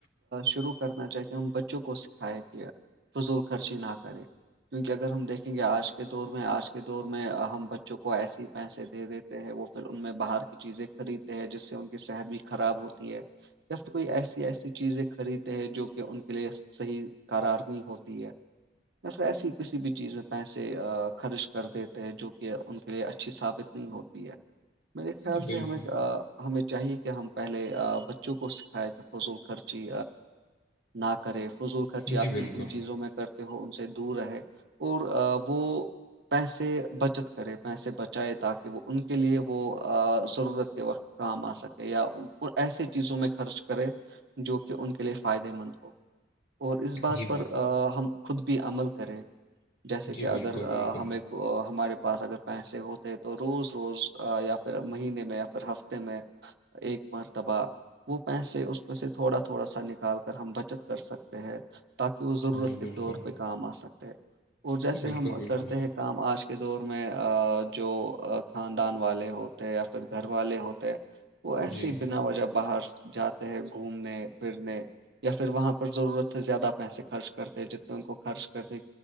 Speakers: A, on the right; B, on the left.
A: شروع کرنا چاہے ان بچوں کو کھائے کہ فضول خرچی نہ کرے کیونکہ اگر ہم دیکھیں گے آج کے دور میں آج کے دور میں ہم بچوں کو ایسے پیسے دے دیتے وہ پھر ان میں باہر کی چیزیں خریدتے ہیں جس سے ان کی صحت بھی خراب ہوتی ہے یا کوئی ایسی ایسی چیزیں خریدتے ہیں جو کہ ان کے لیے صحیح قارار نہیں ہوتی ہے نہ ایسی کسی بھی چیز میں پیسے خرچ کر دیتے ہیں جو کہ ان کے لیے اچھی ثابت نہیں ہوتی ہے میرے خیال
B: جی بالکل
A: سے ہمیں ہمیں چاہیے کہ ہم پہلے بچوں کو سکھائے کہ فضول خرچی نہ کرے فضول خرچی آپ
B: جی بالکل
A: کن کن چیزوں میں کرتے ہو ان سے دور رہے اور وہ پیسے بچت کرے پیسے بچائے تاکہ وہ ان کے لیے وہ ضرورت کے وقت کام آ سکے یا ایسے چیزوں میں خرچ کرے جو کہ ان کے لیے فائدہ مند ہو اور اس بات
B: جی
A: پر ہم خود بھی عمل کریں جیسے
B: جی
A: کہ اگر
B: بالکل بالکل
A: ہمیں ہمارے پاس اگر پیسے ہوتے تو روز روز یا پھر مہینے میں یا پھر ہفتے میں ایک مرتباہ وہ پیسے اس میں سے تھوڑا تھوڑا سا نکال کر ہم بچت کر سکتے ہیں تاکہ وہ ضرورت
B: جی
A: کے
B: بالکل
A: طور پہ کام آ سکتے اور جیسے
B: جی بالکل
A: ہم
B: بالکل
A: کرتے ہیں کام آج کے دور میں جو خاندان والے ہوتے یا پھر گھر والے ہوتے وہ ایسے
B: جی
A: ہی بنا وجہ باہر جاتے ہیں گھومنے پھرنے یا پھر وہاں پر ضرورت سے زیادہ پیسے خرچ کرتے ہیں جتنے ان کو خرچ کرنے